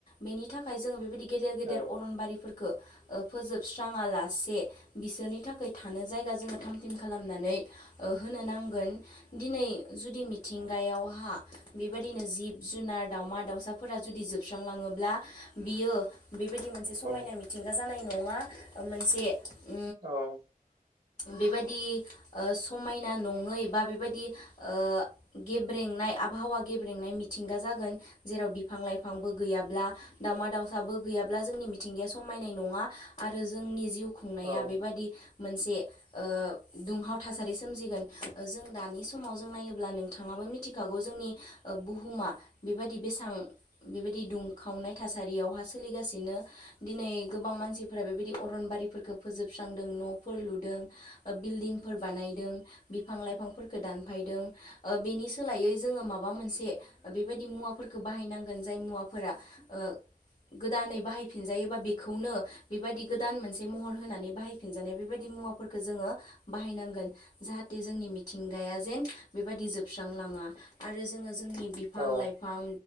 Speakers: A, on the left (about 45°); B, on the right (about 75°).
A: बेनि थाखाय जोङो बेबादि गेदेर गेदेर
B: औ
A: अरनबारिफोरखो ओ फोजोबस्राङा लासे बिसोरनि थाखाय थानो जायगा जोङो थाम थिम खालामनानै ओ होनो नांगोन दिनै जुदि मिथिं नायावहा बेबादिनो जिब जुनार दाउमा दाउसाफोरा जुदि जोबस्रांलाङोब्ला बि इयो बेबायदि मोनसे समायना
B: औ
A: मिथिंगा जानाय नङा‌ ओ मोनसे उम
B: औ
A: बेबादि ओ समायना नङै बा बेबादि ओ गेब्रेंनाय आबहावा गेब्रेंनाय मिथिंगा जागोन जेराव बिफां लाइफांबो गैयाब्ला दावमा दाउसाबो गैयाब्ला जोंनि मिथिंगाया समायनाय नङा आरो जोंनि जिउ खुंनाया
B: औ
A: बेबादि मोनसे ओ दुंहाव थासारि सोमजिगोन ओ जों दानि समाव जों नायोब्ला थाङाबो मिथिखाग गौ जोंनि ओ बुहुमा बेबादि बेसां बेबादि दुंखावनाय थासारियावहा सोलि इगासिनो दिनै गोबां मानसिफोरा बेबादि अर रनबारिफोरखो फोजोबस्रांदों न'फोर लुदों ओ बिल्दिंफोर बानायदों बिफां लाइफां फोरखो दानफायदों ओ बेनि सोलायै जोङो माबा मोनसे ओ बेबायदि मुवाफोरखौ बाहायनांगोन जाय मुवाफोरा ओ गोदानै बाहायफिनजायोबा बेखौनो बेबादि गोदान मोनसे महर होनानै बाहायफिनजानाय बेबादि मुवाफोरखो जोङो बाहायनांगोन जाहाटे मिथिंगाया जेम बिफ बायदि जोबस्रां लाङा आरो जोङो जोंनि बिफां
B: नोंथां
A: लाइफां